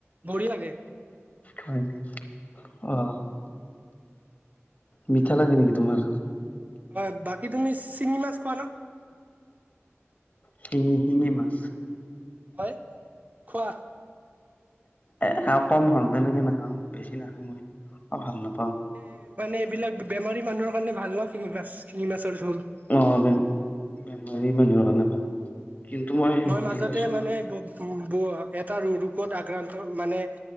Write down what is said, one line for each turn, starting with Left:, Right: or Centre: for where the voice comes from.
Right: বঢ়িয়াকে।
Left: হয়, অহ। মিঠা লাগে নেকি তোমাৰ?
Right: হয়, বাকী তুমি চিমি মাছ খোৱা না?
Left: শিঙি, শিঙি মাছ।
Right: হয়, খোৱা?
Left: এ খাওঁ কম খাওঁ তেনেকে নাখাওঁ, বেছি নাখাওঁ মই ভাল নাপাওঁ।
Right: এ মানে এইবিলাক বেমাৰী মানুহৰ কাৰণে ভাল শিঙি মাছ, শিঙি মাছৰ জোল।
Left: অ বেমাৰী মানুহৰ কাৰণে ভাল। কিন্তু
Right: মই
Left: হেৰি
Right: মাজতে
Left: খাইছো
Right: মানে ব' ব' এটা ৰো-ৰোগত আক্ৰান্ত। মানে